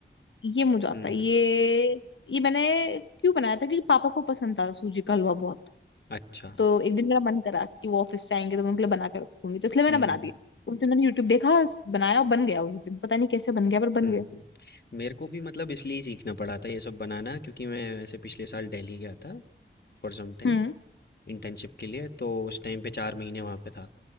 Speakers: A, on the left (about 75°); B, on the left (about 55°).
A: ये मुझे आता
B: हम्म
A: है ये ये मैंने क्यों बनाया था क्योंकि पापा को पसंद था सूजी का हलवा बहुत
B: अच्छा
A: तो एक दिन मेरा मन करा कि वो ऑफिस से आएंगे तो मैं उनके लिए बना के रखूंगी तो इसलिए मैंने
B: हम्म
A: बना दिया उस दिन मैंने यूट्यूब देखा बनाया और बन गया उस दिन पता नहीं कैसे बन गया पर बन
B: हुँ,
A: गया
B: हुँ। मेरे को भी मतलब इसलिए सीखना पड़ा था ये सब बनाना क्योंकि मैं ऐसे पिछले साल दिल्ली गया था फॉर सम टाइम
A: हम्म
B: इंटर्नशिप के लिए, तो उस टाइम पे 4 महीने वहाँ पे था।